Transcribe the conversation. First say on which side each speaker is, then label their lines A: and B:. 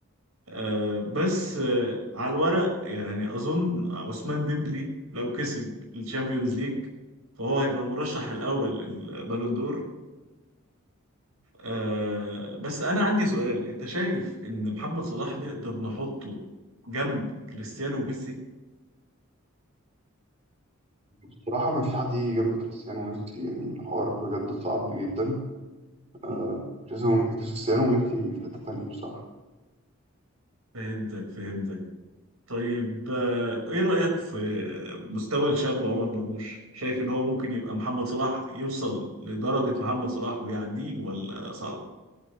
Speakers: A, on the right (about 85°); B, on the right (about 30°).
A: آه، بس آه، على الورق يعني اظن عثمان ديمبلي لو كسب الشامبيونز ليج فهو هيبقى المرشح الاول للبالون دور آه، بس انا عندي سؤال انت شايف ان محمد صلاح نقدر نحطه جنب كريستيانو وميسي
B: بصراحه ما فيش حد يجي جنب كريستيانو وميسي يعني الحوار بجد صعب جدا آه،
A: <laughs> مم.
B: كريستيانو كريستيانو وميسي في حتة تانية بصراحة
A: فهمتك فهمتك طيب آه، ايه رأيك في مستوى الشاب عمر مرموش شايف ان هو ممكن يبقى محمد صلاح يوصل لدرجة محمد صلاح ويعديه ولا صعب